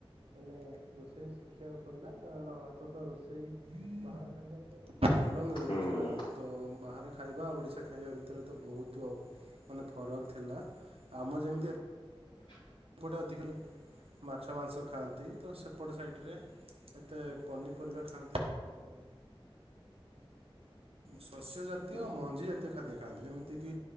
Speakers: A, on the right; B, on the left.
A: ମାନେ ରୋଷେଇ ଶିଖିବାକୁ ପଇଲା କାରଣ ଏତ ତ ରୋଷେଇ ବାହାର ଖାଇବା ଭଲ ମିଳୁ
B: ହୁଁ।
A: ନଥିଲା ତ ବା ଖାଇବା ଓଡ଼ିଶା ଖାଇବା ଭିତରେ ତ ବହୁତ୍ ଆଉ ମାନେ ଫରକ୍ ଥିଲା ଆମ ଯେମ୍ତି
B: ହଁ
A: ସେପଟେ ଅଧିକ ମାଛ ମାଂସ ଖାଆନ୍ତି ତ ସେପ ସାଇଟ୍ ରେ ଏତେ ପନିପରିବା ଖାଆନ୍ତି <unintelligible> ଶସ୍ୟ ଜାତୀୟ
B: ହୁଁ
A: ମଞ୍ଜି ଜାତି ଖାଦ୍ୟ ଖାଆନ୍ତି ଯେମିତି କିି